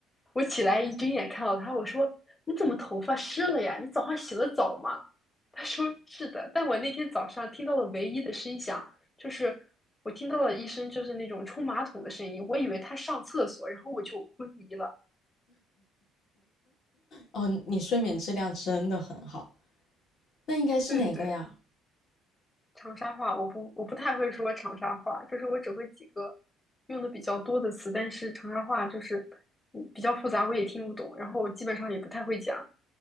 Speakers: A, on the left; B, on the left.
A: 我起来一睁眼看到他，我说：“你怎么头发湿了呀？你早上洗的澡吗？” <laughs> 他说：“是的。”但我那天早上听到了唯一的声响，就是我听到了一声就是那种冲马桶的声音，我以为他上厕所，然后我就昏迷了。
B: 哦，你睡眠质量真的很好。那应该是哪个呀？
A: 对对对，长沙话我不我不太会说长沙话，就是我只会几个用的比较多的词，但是长沙话就是嗯比较复杂，我也听不懂，然后基本上也不太会讲。